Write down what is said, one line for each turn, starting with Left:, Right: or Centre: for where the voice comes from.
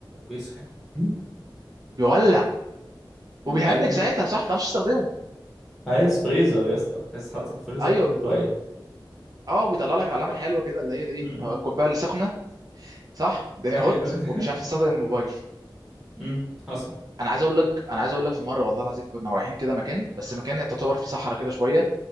Centre: بيسخن <laughs>
Right: بيولع وبيهنج
Centre: عايز
Right: ساعتها صح ما تعرفش تستخدمه
Centre: عايز فريزر يا اسطى عايز تحط في الفريزر
Right: ايوه
Centre: كل شويه
Right: اه بيطلع لك العلامه الحلوه كده اللي هي الايه
Centre: امم
Right: اه، الكوبايه السخنه صح الدنيا
Centre: ايوه
Right: هوت ومش عارف
Centre: <laughs>
Right: تستخدم الموبايل
Centre: امم حصل
Right: انا عايز اقول لك انا عايز اقول لك في مره والله العظيم كنا رايحين كده مكان بس مكان تعتبر فيه صحراء كده شويه